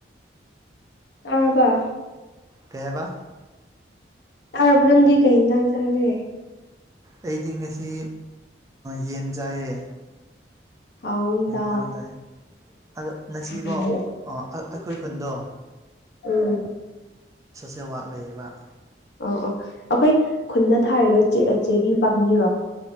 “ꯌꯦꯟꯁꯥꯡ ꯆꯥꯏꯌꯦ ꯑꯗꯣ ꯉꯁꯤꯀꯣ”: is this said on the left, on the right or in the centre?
Right